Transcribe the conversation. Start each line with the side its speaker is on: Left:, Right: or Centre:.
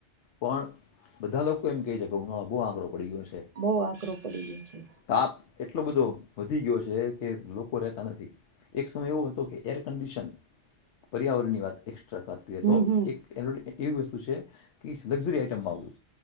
Left: પણ બધા લોકો એમ કહે છે કે ઉનાળો બહ આંકો પડી <unintelligible> ગયો છે
Right: બહ આકરું પડી ગય છે.
Left: તાપ એટલો બધો વધી ગયો છે. કે લોકો રહેતા નથી એક સમય એવો હતો કે એર કંડિશન પર્યાવરણની વાત એ વાત
Right: હમ
Left: કરીએ તો
Right: હમ
Left: એક એ એવી વસ્તુ છે ક લક્ઝરી આઇટમમાં આવું